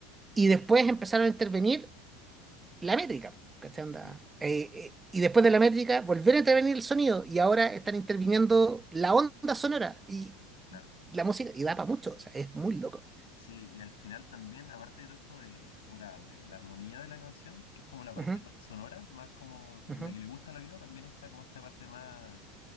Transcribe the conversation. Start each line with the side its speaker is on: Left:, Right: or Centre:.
Right: Y después empezaron a intervenir la métrica, ¿cachai? Onda,
Left: sí.
Right: eh, eh, y después de la métrica volvieron a intervenir el sonido y ahora están interviniendo la onda sonora y
Left: Claro.
Right: la música y da para mucho, o sea, es muy loco.
Left: Sí, y al final también, aparte de todo esto de, puta, de la armonía de la canción, que es como la parte
Right: Ujú,
Left: más sonora, más como la
Right: ujú,
Left: que le gusta al oído, también está como esta parte más,